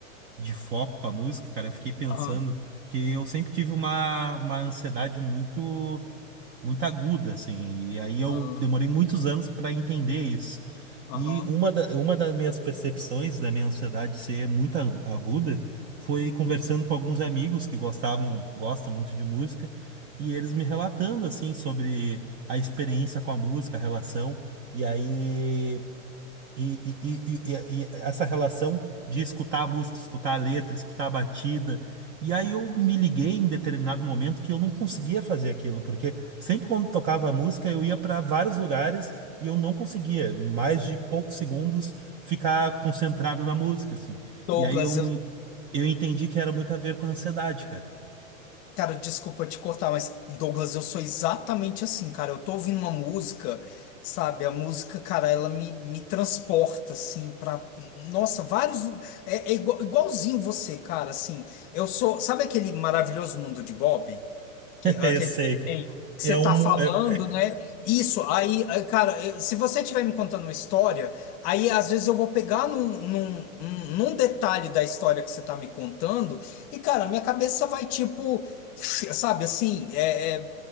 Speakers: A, on the right; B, on the left.
A: de foco com a música, cara, eu fiquei pensando
B: Aham.
A: que eu sempre tive uma, uma ansiedade muito muito aguda, assim. E aí eu
B: Aham.
A: demorei muitos anos para entender isso.
B: Aham.
A: E uma da, uma das minhas percepções da minha ansiedade ser muito ag- aguda foi conversando com alguns amigos que gostavam, gostam muito de música, e eles me relatando, assim, sobre a experiência com a música, a relação. E aí. E, e- e- e- e- e essa relação de escutar a música, escutar a letra, escutar a batida. E aí eu me liguei em determinado momento que eu não conseguia fazer aquilo, porque sempre quando tocava a música eu ia para vários lugares e eu não conseguia, mais de poucos segundos, ficar concentrado na música, assim.
B: Douglas,
A: E aí eu,
B: eu,
A: eu entendi que era muito a ver com a ansiedade, cara.
B: cara, desculpa te cortar, mas Douglas, eu sou exatamente assim, cara. Eu tô ouvindo uma música, sabe? A música, cara, ela me, me transporta, assim, pra. Nossa, vários. É, é igual- igualzinho você, cara, assim. Eu sou. Sabe aquele maravilhoso mundo de Bob? que,
A: <laughs>
B: aquele
A: Eu sei,
B: desenho
A: cara.
B: que
A: É
B: você tá
A: um. mu-
B: falando,
A: É...
B: né? Isso, aí, aí, cara, eu- se você estiver me contando uma história, aí às vezes eu vou pegar num, num, num num detalhe da história que você tá me contando, e, cara, minha cabeça vai tipo, sabe assim, é, é-